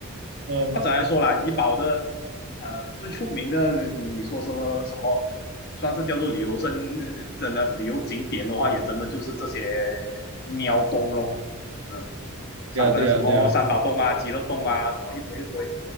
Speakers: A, on the right (about 60°); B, on the left (about 50°).
A: 嗯，
B: 或者来说啦，医保的呃最出名的，你说什么什么？算是叫做旅游生，呃真的旅游景点的话，也真的就是这些喵洞咯，嗯，三呃什么三宝洞啊、
A: 对啊，对啊，对啊，
B: 鸡肉洞啊，什么一堆一堆，